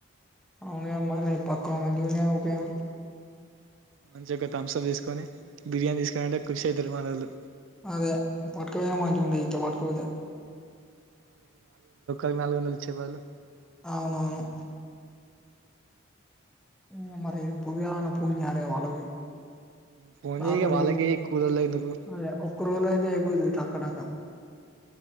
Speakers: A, in the centre; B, on the right.
A: అవునుగా మరి పక్కా మంచిగా ఉన్నాయి ఉపయోగం
B: మంచి గా ఒక తమ్షాప్ తీసుకొని బిర్యానీ తీసుకొని పోయామంటే, కుషి అయితారు అసలు.
A: అదే పట్కపోనా మంచిగుండదు ఇ పట్కపోతే.
B: అవి నాలుగు నిలిచేవాళ్ళు.
A: అవునవును. ఇ మరి పువ్యాన పుణ్య అనే వాళ్లము.
B: ఫోన్
A: సారధీ
B: చేయ వాళ్ళకి ఎక్కువ రోజులు ఎందుకు
A: అదే ఒక్క రోజులో అయితే అయిపోతాది టక టక.